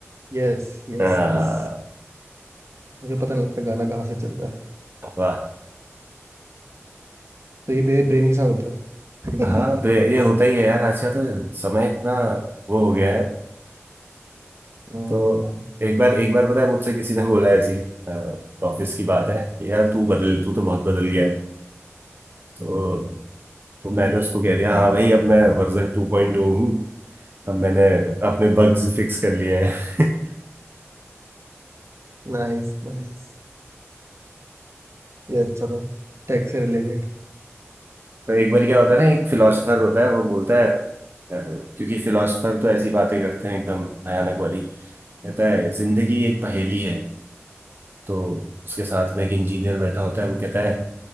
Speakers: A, on the right; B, on the right.
A: Yes yes
B: हाँ
A: yes मुझे पता नहीं लगता गाना कहाँ से चल रहा है
B: वाह
A: तो ये मेरे ब्रेन के साथ होता है
B: हाँ तो
A: <laughs>
B: ये ये होता ही है यार आज का तो समय इतना वो हो गया है
A: हम्म
B: तो एक बार एक बार पता है मुझसे किसी ने बोला ऐसी ऑफिस की बात है कि यार तू बदल तू तो बहुत बदल गया है तो तो मैंने उसको कह दिया हाँ भाई अब मैं वर्जन टू पॉइंट ओ हूँ अब मैंने अपने बग्स फिक्स कर लिए हैं <laughs>
A: Nice nice ये अच्छा था टेक से रिलेटेड
B: तो एक बार क्या होता है ना एक फिलोसफर होता है वो बोलता है अ, क्योंकि फिलोसफर तो ऐसी बातें करते हैं एकदम भयानक वाली कहता है जिंदगी एक पहेली है तो उसके साथ में एक इंजीनियर बैठा होता है वो कहता है